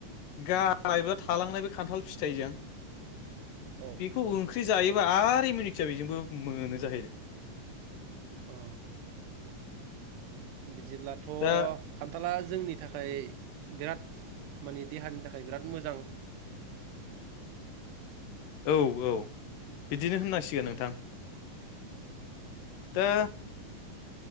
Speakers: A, on the left; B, on the right.
A: गारनाय बा थालांनाय बे खान्थाल फिथाइजों
B: औ
A: बेखौ ओंख्रि जायो। आरो इउमिनिटिया बेजोंबो मोनो जाहैदों।
B: अ बिदिब्लाथ'
A: दा
B: खान्थाला जोंनि थाखाय बिराद माने देहानि थाखाय बिराद मोजां
A: औ औ बिदिनो होननांसिगोन नोंथां। दा